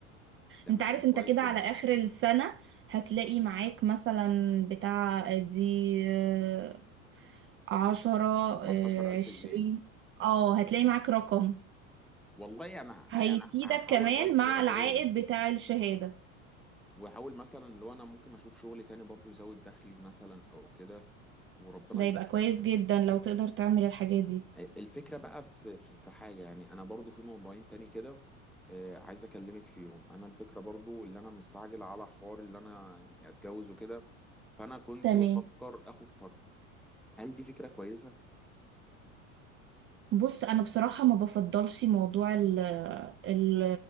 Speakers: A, in the centre; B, on the right.
A: تمام
B: انت عارف
A: كويس
B: انت كده
A: جدا
B: على اخر السنة هتلاقي معاك مثلا بتاع دي آه، عشرة
A: 18000
B: آه، عشرين
A: جنيه
B: اه هتلاقي معاك رقم
A: والله انا
B: هيفيدك
A: يعني هحاول
B: كمان
A: برضو
B: مع
A: ازود
B: العائد بتاع الشهادة
A: واحاول مثلا لو انا ممكن اشوف شغل تاني برضو يزود دخلي مثلا او كده وربنا
B: ده يبقى كويس جدا لو تقدر تعمل الحاجات دي
A: الفكرة بقى في في في حاجة يعني أنا برضو في موضوعين تاني كده آه، عايز أكلمك فيهم أنا الفكرة برضو اللي أنا مستعجل على حوار اللي أنا يعني أتجوز وكده فأنا كنت
B: تمام
A: بفكر آخد فرع هل دي فكرة كويسة؟
B: بص انا بصراحه ما بفضلش موضوع ال ال